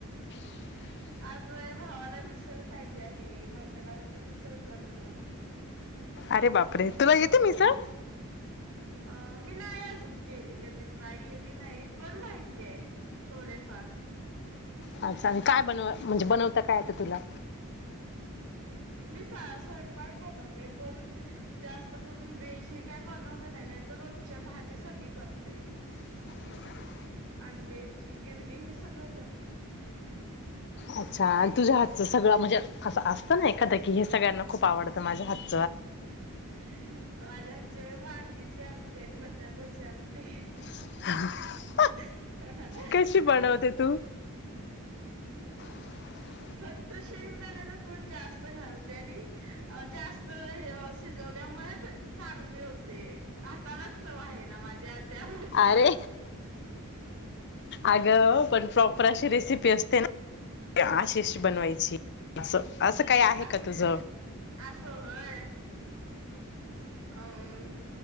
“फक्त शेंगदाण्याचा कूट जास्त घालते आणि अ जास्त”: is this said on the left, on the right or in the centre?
Right